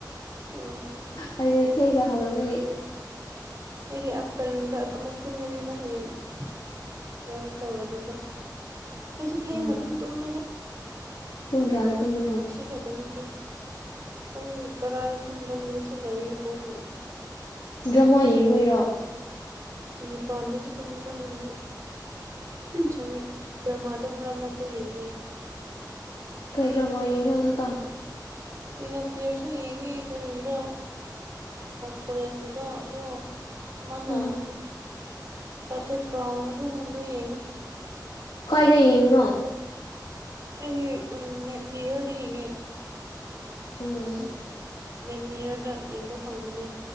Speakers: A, on the right; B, on the left.
A: ꯎꯝ
B: ꯑꯩ ꯊꯦꯡꯅ ꯍꯧꯒꯄꯒꯤ
A: ꯑꯩꯗꯤ ꯑꯥꯞꯇꯔꯅꯨꯟꯗ ꯑꯃꯨꯛ ꯇꯨꯝꯒꯅꯤꯅ ꯍꯌꯦꯡ ꯁꯨꯃꯥꯏꯅ ꯇꯧꯔꯁꯤꯀꯣ ꯑꯩꯁꯨ ꯊꯦꯡꯅ
B: ꯎꯝ
A: ꯑꯗꯨꯝ ꯇꯨꯝꯃꯦꯗ
B: ꯄꯨꯡ ꯀꯌꯥꯗ ꯇꯨꯝꯃꯤꯅꯣ
A: ꯁꯤ <unintelligible> ꯄꯨꯡ ꯇꯔꯥ ꯇꯨꯝꯕ ꯅꯨꯃꯤꯠꯁꯨ ꯂꯩ ꯄꯨꯡ
B: ꯗ꯭ꯔꯃꯥ ꯌꯦꯡꯕꯩꯔꯦ
A: ꯅꯤꯄꯥꯜꯗꯁꯨ ꯑꯗꯨꯝ ꯄꯜꯉꯦ ꯁꯣꯔꯤ ꯗ꯭ꯔꯃꯥꯗꯣ ꯃꯔꯛ ꯃꯔꯛꯇ ꯌꯦꯡꯉꯦ
B: ꯗꯔꯥꯃ ꯍꯧꯖꯤꯛ ꯀꯝ
A: ꯀ꯭ꯋꯤꯟ ꯑꯣꯐ ꯇꯤꯌꯔꯁꯨ ꯌꯦꯡꯉꯦ ꯀꯔꯤꯔ ꯀꯣꯔꯤꯟꯒꯤꯗꯣ ꯑꯗꯣ ꯃꯅ
B: ꯎꯝ
A: ꯄꯔꯐꯦꯛ ꯀ꯭ꯔꯥꯎꯟ ꯑꯗꯨꯒꯨꯝꯕꯗꯣ ꯌꯦꯡꯉꯦ
B: ꯀꯥꯏꯗ ꯌꯦꯡꯉꯣ
A: ꯑꯩꯁ ꯅꯦꯠ ꯃꯤꯔꯣꯗ ꯌꯦꯡꯉꯦ
B: ꯎꯝ
A: ꯅꯦꯠꯃꯤꯌꯔꯗ ꯌꯦꯡꯕ ꯐꯪꯕꯅꯦ